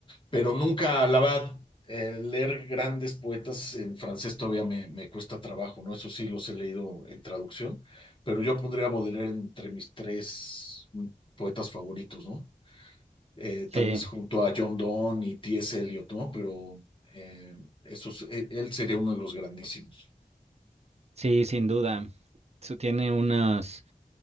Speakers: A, on the left; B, on the right.
A: pero nunca, la verdad, eh, leer grandes poetas en francés todavía me, me cuesta trabajo, ¿no? Eso sí, los he leído en traducción, pero yo pondría a Baudelaire entre mis tres mm, poetas favoritos, ¿no? Eh, tal
B: Sí,
A: vez junto a John Donne y T.S. Eliot, ¿no? Pero eh, esos, él, él sería uno de los grandísimos.
B: sí, sin duda. Su- Tiene unas,